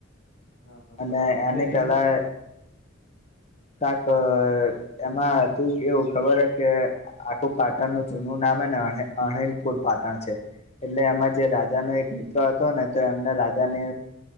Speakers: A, on the left; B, on the left.
A: હા હા
B: અને
A: બરાબર
B: એની
A: તે
B: પેલા
A: એમનો
B: કક એમાં તું એવું ખબર હ કે આખું પાટણનું જૂનું નામ ને અણિલપુર પાટણ છે એટલે એમાં જે રાજા ન એક મિત્ર હતો ને તો એમને રાજાને